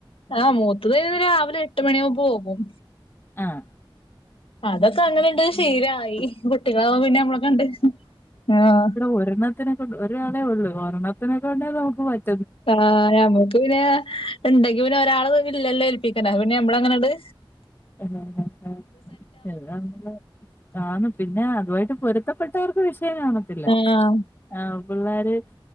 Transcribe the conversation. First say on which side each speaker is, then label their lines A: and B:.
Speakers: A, on the left; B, on the left.
A: ആഹ് മൂത്തത് ഒരു രാവിലെ എട്ട് മണിയാവുമ്പോ പോകും.
B: ആഹ്.
A: അതൊക്കെ അങ്ങനെ ഇണ്ട് ശീലായി വീട്ടിലാവുമ്പോ പിന്നെ അങ്ങനെ കണ്ട് ആഹ്.
B: ഓരുന്ന ത്തിനെ കൊണ്ട് ഒരാളെ ഉള്ളൂ ഒരണത്തിനെ കൊണ്ടേ നമുക്ക് പറ്റ്
A: ആഹ് ഞമ്മക്ക് പിന്നെ. ഇണ്ടെങ്കി പിന്നെ ഒരാള് ഇല്ലല്ലേ ഏൽപ്പിക്ണ് പിന്നെ ഞമ്മള അങ്ങനെയട്.
B: ആഹ് ആഹ് ആഹ് പിന്നെ നമ്മള്. ആന്ന് പിന്നെ അതു ആയിട്ട് പൊരുത്തപ്പെട്ടവർക്ക് വിഷയം കാണത്തില്ല.
A: ആഹ്
B: ആഹ് പിള്ളാര്